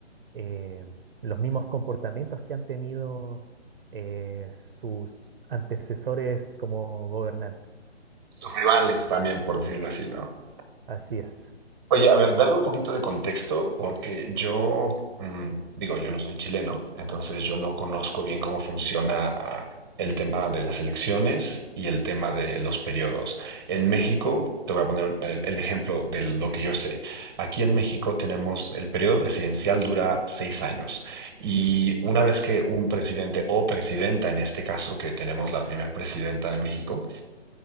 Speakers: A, on the right; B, on the right.
A: eh, los mismos comportamientos que han tenido eh, sus antecesores como gobernantes.
B: Sus rivales también, por decirlo así, ¿no?
A: Así es.
B: Oye, a ver, dame un poquito de contexto, porque yo, mm, digo, yo no soy chileno, entonces yo no conozco bien cómo funciona ah, el tema de las elecciones y el tema de los periodos. En México, te voy a poner un- el, el ejemplo de lo que yo sé. Aquí en México tenemos el periodo presidencial dura seis años y una vez que un presidente o presidenta, en este caso que tenemos la primera presidenta de México,